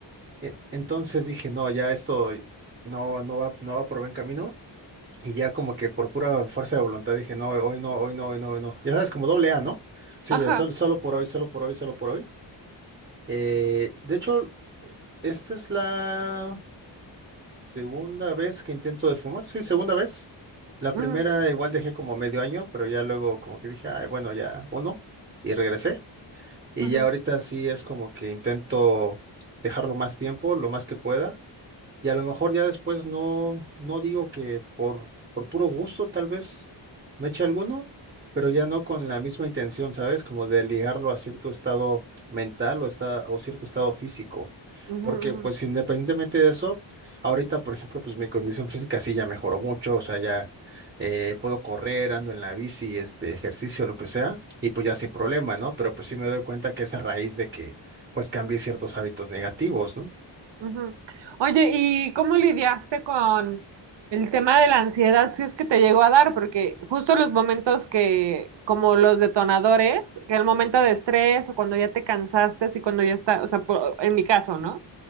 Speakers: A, on the right (about 25°); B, on the right (about 70°).
A: E- Entonces dije, no, ya esto no, no va, no va por buen camino. Y ya como que por pura fuerza de voluntad dije, no, hoy no, hoy no, hoy no, hoy no. Ya sabes, como doble A, ¿no? Sí,
B: Ajá.
A: de sol- solo por hoy, solo por hoy, solo por hoy. Eh, de hecho, esta es la... Segunda vez que intento de fumar, sí, segunda vez. La
B: ujú,
A: primera igual dejé como medio año, pero ya luego como que dije, "Ay, bueno, ya uno, y regresé. Y
B: ujú,
A: ya ahorita sí es como que intento dejarlo más tiempo, lo más que pueda. Y a lo mejor ya después no, no digo que por, por puro gusto tal vez me eche alguno, pero ya no con la misma intención, ¿sabes? Como de ligarlo a cierto estado mental o, esta- o cierto estado físico.
B: ujú,
A: Porque
B: ujú,
A: pues independientemente de eso, ahorita por ejemplo pues mi condición física sí ya mejoró mucho, o sea, ya eh, puedo correr, ando en la bici, este ejercicio, lo que sea, y pues ya sin problema, ¿no? Pero pues sí me doy cuenta que es a raíz de que pues cambié ciertos hábitos negativos, ¿no?
B: ujú. Oye, ¿y cómo lidiaste con el tema de la ansiedad si es que te llegó a dar? Porque justo los momentos que, como los detonadores, que el momento de estrés o cuando ya te cansaste, y cuando ya está, o sea, por- en mi caso, ¿no?